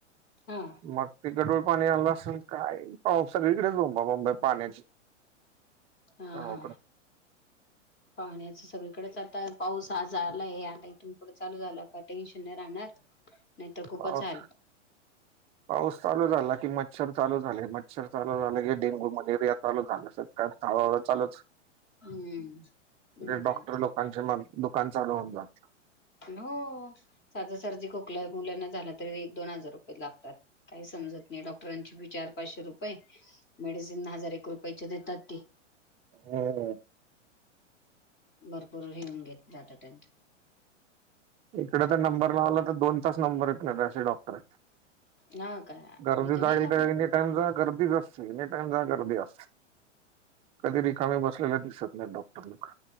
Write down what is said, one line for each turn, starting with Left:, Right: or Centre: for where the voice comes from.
Left: हा
Right: मग तिकडे पाणी आलं असेल काय पाऊस सगळीकडेच बोंबाबोंब पाण्याची
Left: हा
Right: गावाकडं.
Left: हा पाण्याचे सगळीकडेच आता पाऊस आज आलाय आता इथून पुढं चालू झालं का टेन्शन नाही राहणार नाहीतर खूपच
Right: पाऊस
Left: हाल
Right: पाऊस चालू झाला कि मच्छर चालू झा मच्छर चालू झाले की डेंगू मलेरिया चालू झालं सगळा हळूहळू चालूच
Left: हम्म मग काय
Right: डॉक्टर लोकांचे दुकान चालु होते
Left: हो साधे सर्दी खोकला मुलांना झालं तरी एक दोन हजार रुपये लातात का समत नाही डॉक्टरांची ही चार पाचशे मेडिसिन हजार एक रुपयाची देतात ती
Right: हम्म
Left: भरपूर घिऊन घेत जात त्यांचे
Right: इकडे तर नंबर लावला तर दोन तासनंबर येते डॉक्टर आहेत
Left: हा काय
Right: गर्दी
Left: इथं
Right: जाईल
Left: नाही ना
Right: तर एनी टाइम जा गर्दीच असते एन टाइम जा गर्दी असते कधी रिकामे बसलेला दिसत नाही डॉक्टर लोक